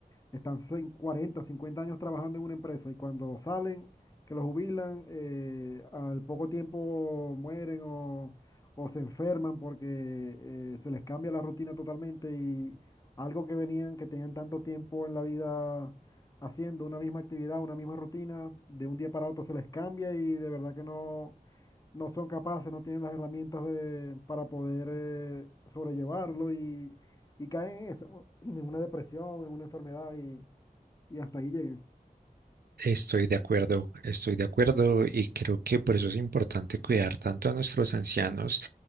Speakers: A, on the left; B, on the right.
A: están cin- 40, 50 años trabajando en una empresa y cuando salen que los jubilan, eh, al poco tiempo mueren o, o se enferman porque eh, se les cambia la rutina totalmente y algo que venían, que tenían tanto tiempo en la vida haciendo una misma actividad, una misma rutina, de un día para otro se les cambia y de verdad que no, no son capaces, no tienen las herramientas de, para poder eh, sobrellevarlo y, y caen en eso, en una depresión, en una enfermedad y, y hasta ahí lleguen.
B: Estoy de acuerdo, estoy de acuerdo y creo que por eso es importante cuidar tanto a nuestros ancianos